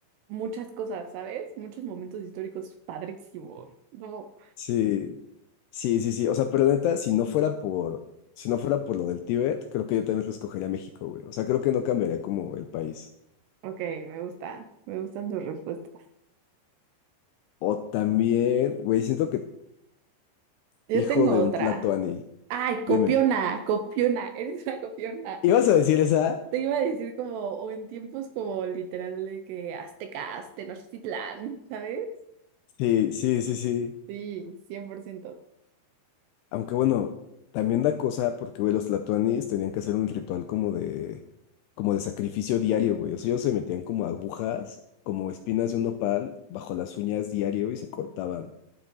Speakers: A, on the right; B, on the left.
A: muchas cosas, ¿sabes? Muchos momentos históricos padrísimos. No.
B: Sí, sí, sí, sí, o sea, pero neta, si no fuera por, si no fuera por lo del Tíbet, creo que yo también lo escogería México, güey, o sea, creo que no cambiaría como el país.
A: Ok, me gusta, me gustan tus respuestas.
B: O también, güey, siento que
A: Yo
B: hijo
A: tengo
B: de
A: otra.
B: un tlatoani.
A: Ay,
B: Dime.
A: copiona, copiona, eres una copiona.
B: ¿Ibas a decir esa?
A: Te iba a decir como, o en tiempos como literal de que aztecas, Tenochtitlán, ¿sabes?
B: Sí, sí, sí, sí.
A: Sí, cien por ciento
B: Aunque bueno, también da cosa porque, güey, los latuanis tenían que hacer un ritual como de, como de sacrificio diario, güey. O sea, ellos se metían como agujas, como espinas de un nopal bajo las uñas diario y se cortaban.